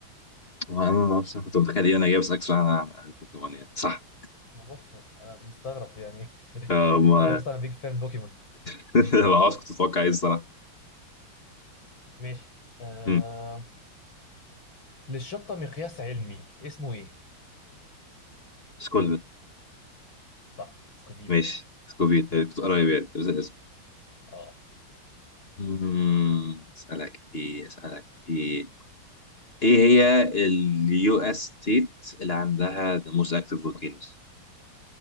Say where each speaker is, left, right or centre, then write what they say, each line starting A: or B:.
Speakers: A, on the left (about 30°); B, on the left (about 80°).
A: وانا ما بعرفش أنا كنت متخيل إيه، انا جاي بسالك سؤال عن عن البوكيمون يعني صح
B: ما بوكيمون انا مستغرب يعني
A: آه،
B: <laughs>
A: ما
B: يا اسطى انا بيج فان بوكيمون
A: <laughs> ما بعرفش كنت اتوقع ايه الصراحه
B: ماشي آه...
A: مم،
B: للشطه مقياس علمي اسمه ايه
A: سكولفيل
B: صح سكوفيل
A: ماشي سكوفيل آه، كنت قريب يعني بس الاسم
B: اه,
A: مم، اسالك ايه اسالك ايه ايه هي اليو اس ستيت اللي عندها the most active volcanoes؟